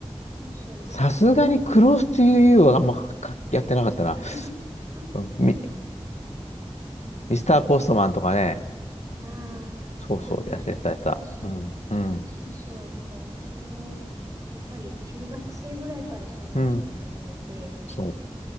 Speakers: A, on the right; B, on the left.
A: そうそう、イエス、
B: さすがにクロスというはあんまかやってなかったな。
A: そうそう。<laughs>
B: うんミ、
A: あ、でも懐かしいな。
B: ミスターポストマンとかね。
A: ああ、
B: そうそう、
A: なんか、
B: やってた、やってた。
A: そうそう、
B: うん、うん、
A: あ、そうそう、なんか私も、やっぱり中学生ぐらいからそういうの聞き始めて、
B: うん。そう。